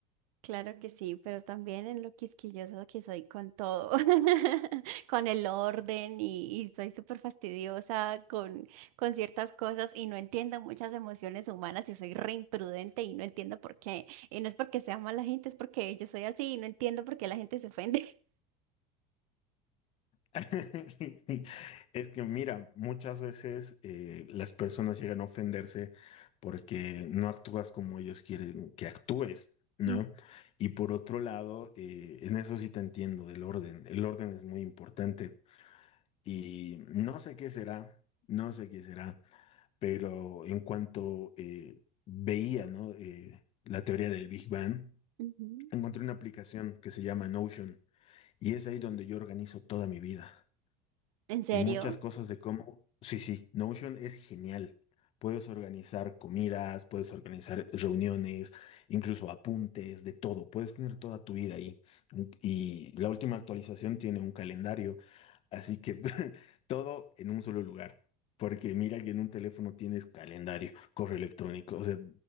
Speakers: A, on the right; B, on the left.
A: Claro que sí, pero también en lo quisquilloso que soy con todo, <laughs> con el orden y, y soy súper fastidiosa con, con ciertas cosas y no entiendo muchas emociones humanas y soy re imprudente y no entiendo por qué. Y no es porque sea mala gente, es porque yo soy así y no entiendo por qué la gente se ofende.
B: <laughs> Es que mira, muchas veces eh, las personas llegan a ofenderse porque no actúas como ellos quieren que actúes, ¿no?
A: Mm,
B: Y por otro lado, eh, en eso sí te entiendo del orden. El orden es muy importante y no sé qué será, no sé qué será, pero en cuanto eh, veía, ¿no? Eh, la teoría del Big Bang,
A: ujú.
B: encontré una aplicación que se llama Notion y es ahí donde yo organizo toda mi vida
A: ¿En serio?
B: y muchas cosas de cómo. Sí, sí, Notion es genial. Puedes organizar comidas, puedes organizar reuniones, incluso apuntes, de todo. Puedes tener toda tu vida ahí. Y la última actualización tiene un calendario, así que <laughs> todo en un solo lugar. Porque mira que en un teléfono tienes calendario, correo electrónico, o sea,